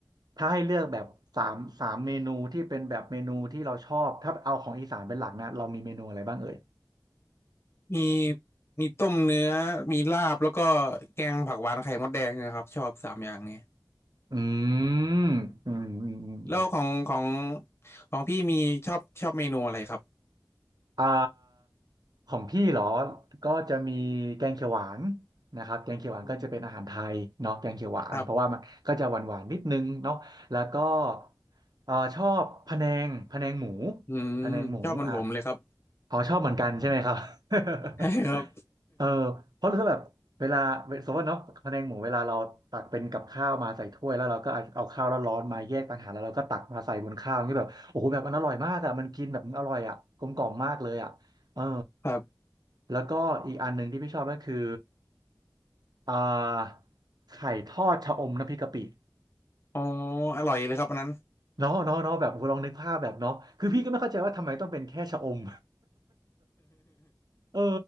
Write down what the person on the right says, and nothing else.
ถ้าให้เลือกแบบสามสามเมนูที่เป็นแบบเมนูที่เราชอบถ้าเอาของอีสานเป็นหลักนะเรามีเมนูอะไรบ้างเอ่ย
อืมอืมอืมอืมโอ
อ่าของพี่เหรอก็จะมีแกงเขียวหวานนะครับแกงเขียวหวานก็จะเป็นอาหารไทยเนาะแกงเขียวหวานเพราะว่ามันก็จะหวานหวานนิดนึงเนาะแล้วก็
เอ่อชอบพะแนงพะแนงหมู
พะแนงหมูอ่ะอ๋อชอบเหมือนกันใช่ไหมครับ
<laughs>
เออเพราะถ้าแบบเวลาสมมติว่าเนาะพะแนงหมูเวลาเราตักเป็นกับข้าวมาใส่ถ้วยแล้วเราก็เอาข้าวร้อนๆมาแยกต่างหากแล้วเราก็ตักมาใส่บนข้าวอย่างนี่แบบโอ้โหแบบมันอร่อยมากอ่ะมันกินแบบมันอร่อยอะกลมกล่อมมากเลยอะเออ
แล้วก็อีกอันหนึ่งที่พี่ชอบก็คืออ่าไข่ทอดชะอมน้ำพริกกะปิ
เนาะเนาะเนาะแบบโอ้โหลองนึกภาพแบบเนาะคือพี่ก็ไม่เข้าใจว่าทำไมต้องเป็นแค่ชะอม เออ